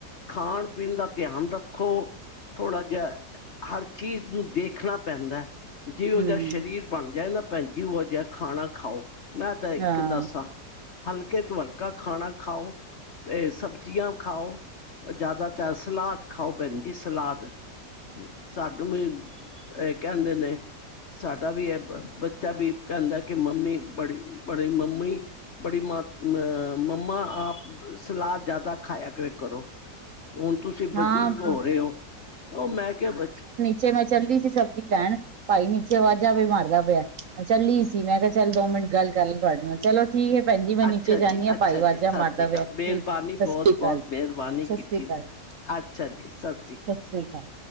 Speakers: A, on the left; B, on the right.
A: ਖਾਣ ਪੀਣ ਦਾ ਧਿਆਨ ਰੱਖੋ। ਥੋੜ੍ਹਾ ਜਿਹਾ, ਹਰ ਚੀਜ਼ ਨੂੰ ਦੇਖਣਾ ਪੈਂਦਾ ਹੈ। ਜਿਹੋ
B: ਹੂੰ।
A: ਜਿਹਾ ਸ਼ਰੀਰ ਬਣ ਜਾਏ ਨਾ ਭੈਣਜੀ, ਓਹੋ ਜਿਹਾ ਖਾਣਾ ਖਾਓ। ਮੈਂ ਤਾਂ ਇੱਕ
B: ਹਾਂ,
A: ਦੱਸਾਂ। ਹਲਕੇ ਤੋਂ ਹਲਕਾ ਖਾਣਾ ਖਾਓ। ਇਹ ਸਬਜ਼ੀਆਂ ਖਾਓ ਜ਼ਿਆਦਾਤਰ ਸਲਾਦ ਖਾਓ ਭੈਣ ਜੀ, ਸਲਾਦ। ਸਾਨੂੰ ਵੀ ਇਹ ਕਹਿੰਦੇ ਨੇ, ਸਾਡਾ ਵੀ ਇਹ ਬ-ਬ ਬੱਚਾ ਵੀ ਕਹਿੰਦਾ, ਕਿ ਮੰਮੀ ਬੜੀ-ਬੜੀ ਮੰਮੀ ਬੜੀ ਮਾ ਅਹ-ਮੰਮਾ ਆਪ ਸਲਾਦ ਜ਼ਿਆਦਾ ਖਾਇਆ ਕਰੇ ਕਰੋ। ਹੁਣ ਤੁਸੀਂ
B: ਹਾਂ
A: ਬਜ਼ੁਰਗ ਹੋ ਰਹੇ ਹੋ। ਉਹ ਮੈਂ ਕਿਹਾ ਬ
B: ਚੇ ਮੈਂ ਚੱਲੀ ਸੀ ਸਬਜ਼ੀ ਲੈਣ। ਭਾਈ ਨੀਚੇ ਵਾਜਾ ਵੀ ਮਾਰਦਾ ਪਿਆ ਹੈ। ਚੱਲੀ ਹੀ ਸੀ। ਮੈਂ ਕਿਹਾ ਚੱਲ ਦੋ ਮਿੰਟ ਗੱਲ ਕਰ ਲਾ ਤੁਹਾਡੇ ਨਾਲ। ਚਲੋ ਠੀਕ ਹੈ ਭੈਣ ਜੀ ਮੈਂ ਨੀਚੇ
A: ਅੱਛਾ
B: ਜਾਦੀ
A: ਜੀ
B: ਹਾਂ
A: ਅੱਛਾ
B: ਭਾਈ ਆਵਾਜਾਂ
A: ਜੀ ਸਤਿ
B: ਮਾਰਦਾ
A: ਸ੍ਰੀ ਅਕਾਲ
B: ਪਿਆ ਹੈ। ਠੀਕ
A: ਮਿਹਰਬਾਨੀ
B: ਹੈ, ਸਤਿ ਸ੍ਰੀ
A: ਬਹੁਤ
B: ਅਕਾਲ
A: ਬਹੁਤ
B: ਜੀ।
A: ਮਿਹਰਬਾਨੀ
B: ਸਤਿ
A: ਕੀਤੀ
B: ਸ੍ਰੀ ਅਕਾਲ ਜੀ।
A: ਅੱਛਾ ਜੀ ਸਤ
B: ਸਤਿ ਸ੍ਰੀ ਅਕਾਲ।